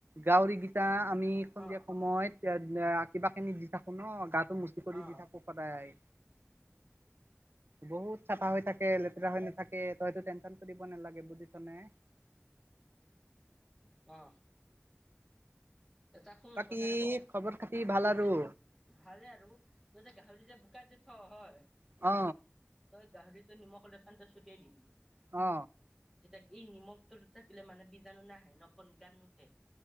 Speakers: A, on the right; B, in the centre.
A: গাউৰি গেইটা আমি
B: অ
A: দিয়া সময়ত কিবা কিনি দি থাকো ন গা মচি কৰি
B: অ
A: দি থাকো সদায়। বহুত চাফা হৈ থাকে লেতেৰা হৈ নাথাকে তই সেতো টেনচন কৰিব নালাগে বুজিছনে।
B: অ। এটা শুন
A: বাকী
B: কথা এটা কওঁ
A: খবৰ খাতি ভাল আৰু
B: এই ভালে আৰু তই যে গাহৰিটো যে বোকাত যে থ হয়
A: অ।
B: তই গাহৰিটো নিমখ অলপমান তই ছটিয়াই দিবি।
A: অ।
B: তেতিয়া ই নিমখটো থাকিলে মানে বীজাণু নাহে নবন গাত নুঠে।